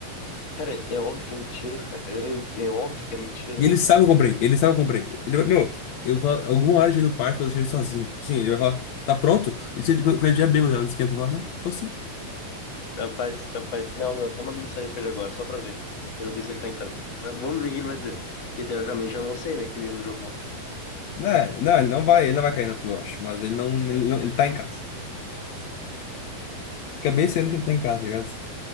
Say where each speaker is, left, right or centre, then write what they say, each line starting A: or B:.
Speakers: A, on the left (about 45°); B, on the left (about 65°).
A: Cara, é óbvio que é mentira, cara. É, é é óbvio que é mentira.
B: E ele sabe que eu comprei, ele sabe que eu comprei. Ele vai, meu, eu falo, alguma hora já ir no parque, eu vou deixar ele sozinho. Sim, ele vai falar, tá pronto? Isso é de- quando quando ele já é já não esquenta. Eu falo, não, tô sim.
A: Capaz, capaz. Não, meu, até mandei mensagem pra ele agora, só pra ver. Perguntei se ele tá em casa. Mas Vamos ver o que ele vai dizer. Porque teoricamente eu não sei, né, que ele não jogou você.
B: Não, não, ele não vai, ele não vai cair na tua, eu acho. Mas ele não, ele, não, ele tá em casa. Fica bem sendo que ele tá em casa, tá ligado?